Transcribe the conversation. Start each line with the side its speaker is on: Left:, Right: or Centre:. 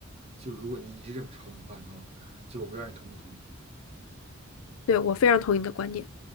Right: 就如果你一直这么炒冷饭的话，就我不知道你同不同意。
Left: 对，我非常同意你的观点。